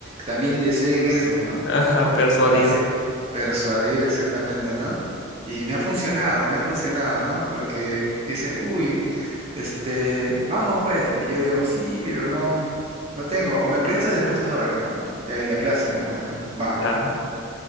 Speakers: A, on the right (about 30°); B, on the left (about 60°).
A: también deseen eso, ¿no?
B: Ajá, persuadir,
A: Así, persuadir exactamente, ¿no? Y me ha funcionado, me ha funcionado, ¿no? Porque dice, uy, este, vamos pues. Y yo digo, sí, pero no, no tengo. O me prestas después te doy, ¿no? Y ahí la clásica, pues, ¿no? Vamos,
B: claro.
A: ¿no?